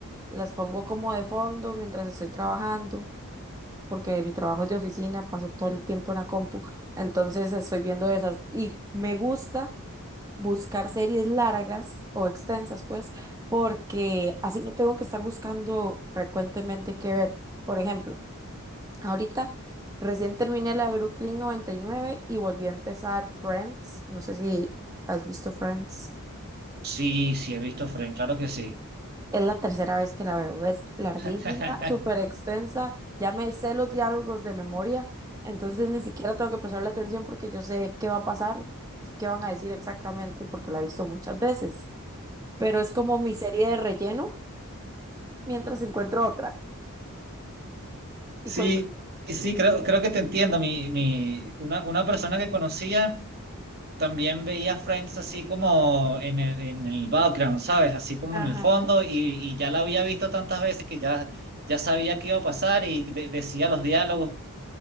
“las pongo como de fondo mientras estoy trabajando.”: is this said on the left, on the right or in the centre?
Right